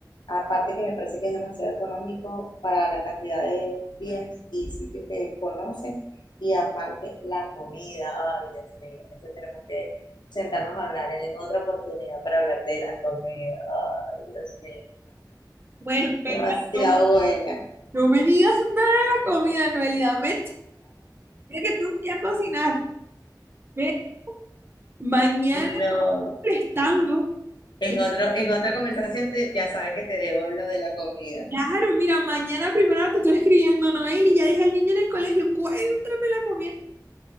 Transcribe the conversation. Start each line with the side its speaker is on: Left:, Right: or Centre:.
Left: aparte que me parece que es demasiado económico para la cantidad de días y sitios que conoces, y aparte la comida, ay Dios mío, eso tenemos que sentarnos a hablar en otra oportunidad para hablarte de la comida, ay Dios mío,
Right: Bueno,
Left: demasiado
Right: venga, no,
Left: buena.
Right: no me digas nada de la comida, Noelida. Me Mira que tengo que ir a cocinar. Ve, mañana
Left: No.
Right: te voy prestando.
Left: En
Right: Yo,
Left: otro, en otra conversación te- ya sabes que te debo lo de la comida.
Right: claro, mira, mañana primero te estoy escribiendo, Noel, y ya dije al niño en el colegio, cuéntame la comida,